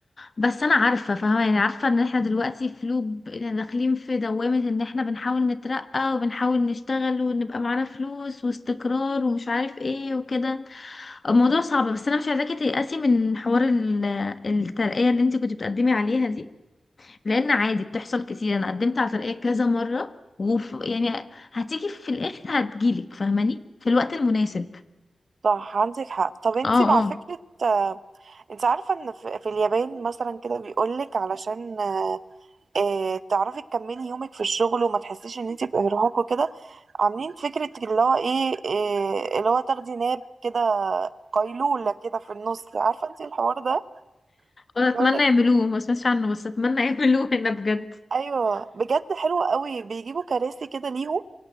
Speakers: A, on the left; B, on the right.
A: بس انا عارفه فاهمه يعني عارفه ان احنا دلوقتي في لوب يعني داخلين في دوامه ان احنا بنحاول نترقى وبنحاول نشتغل ونبقى معانا فلوس واستقرار ومش عارف ايه وكده الموضوع صعب بس انا مش عايزاكي تيأسي من حوار ال- الترقيه اللي انت كنت بتقدمي عليها دي لان عادي بتحصل كتير انا قدمت على ترقيه كذا مره وف يعني هتيجي في الاخر هتجيلك فاهماني في الوقت المناسب
B: صح عندك حق طب انت
A: اه
B: مع
A: اه
B: فكرة آه، انت عارفة ان في في اليابان مثلا كده بيقولك علشان آه، تعرفي تكملي يومك في الشغل وما تحسيش ان انت بإرهاق وكده عاملين فكرة اللي هو ايه آه، اللي هو تاخدي ناب كده قيلولة كده في النص عارفة انت الحوار ده
A: أنا اتمنى
B: بيقولك
A: يعملوه ما سمعتش عنه بس اتمنى <laughs> يعملوه هنا بجد
B: ايوه بجد حلو قوي بيجيبوا كراسي كده ليهم